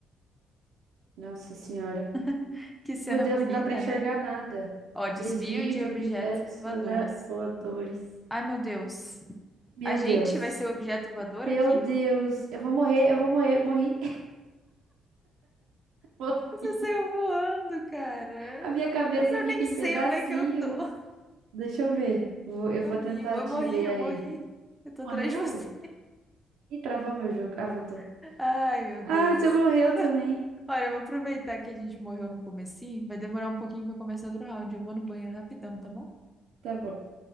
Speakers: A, on the right; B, in the centre.
A: Nossa senhora.
B: <laughs> Que cena
A: Meu Deus,
B: bonita,
A: não dá pra enxergar
B: né?
A: nada.
B: Ó, desvio
A: Desvio
B: de
A: de
B: objetos
A: objetos
B: voadores.
A: voda- voadores.
B: Ai, meu Deus.
A: Meu
B: A gente
A: Deus.
B: vai ser o objeto voador
A: Meu
B: aqui?
A: Deus. Eu vou morrer, eu vou morrer. Morri. <laughs>
B: Você saiu voando, cara.
A: A minha cabeça
B: Eu
A: fica
B: nem
A: em
B: sei
A: pedacinhos.
B: onde é que eu tô.
A: Deixa eu ver. Vou- eu vou
B: Sumi,
A: tentar
B: eu
A: te
B: morri,
A: ver
B: eu
A: aí.
B: morri. Eu tô atrás
A: Morreu?
B: de você.
A: Ih, travou meu jogo. Ah, voltou.
B: <laughs> Ai, meu Deus.
A: Ah, você morreu também.
B: <laughs> Olha, eu vou aproveitar que a gente morreu no comecinho. Vai demorar um pouquinho pra começar outro round. Eu vou no banheiro rapidão, tá bom?
A: Tá bom.